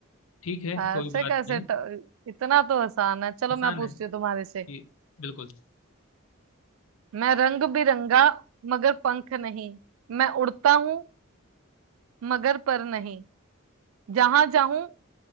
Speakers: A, on the left; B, on the right.
A: ठीक है
B: ऐसे
A: कोई बात
B: कैसे
A: नहीं
B: ट- इतना तो आसान है चलो
A: आसान
B: मैं पूछती
A: है
B: हूँ तुम्हारे से
A: जी बिल्कुल
B: मैं रंग बिरंगा मगर पंख नहीं मैं उड़ता हूँ मगर पर नहीं जहां जाऊं